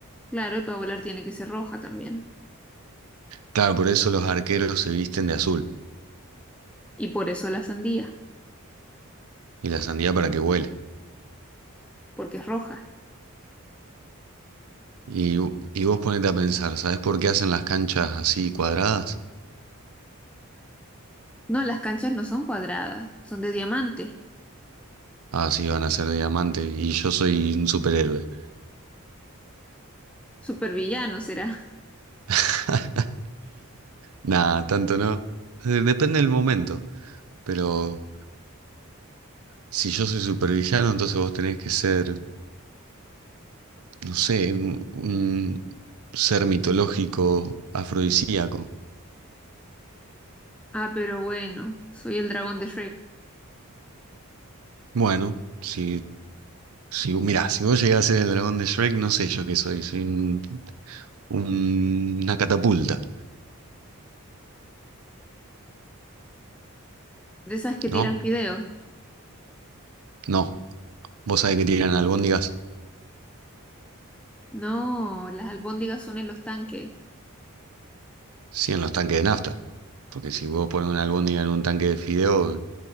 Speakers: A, in the centre; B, on the right (about 80°).
A: Claro, y para volar tiene que ser roja también.
B: Claro, por eso los arqueros se visten de azul
A: Y por eso la sandía,
B: y la sandía para que vuele.
A: porque es roja.
B: Y, y vos ponete a pensar, ¿sabés por qué hacen las canchas así cuadradas?
A: No, las canchas no son cuadradas, son de diamante.
B: Ah, sí, van a ser de diamante y yo soy un superhéroe.
A: Supervillano será. <laughs>
B: <laughs> Nada, tanto no. Eh, Depende del momento. Pero si yo soy supervillano, entonces vos tenés que ser, no sé, un, un ser mitológico, afrodisíaco.
A: Ah, pero bueno, soy el dragón de Shrek.
B: Bueno, si Si, vos- mirá, si vos llegás a ser el dragón de Shrek, no sé yo qué soy. Soy un- un- una catapulta,
A: De esas que
B: ¿no?
A: tiran fideos.
B: No. Vos sabés que tiran albóndigas,
A: No, las albóndigas son en los tanques.
B: sí, en los tanques de nafta. Porque si vos pones una albóndiga en un tanque de fideo,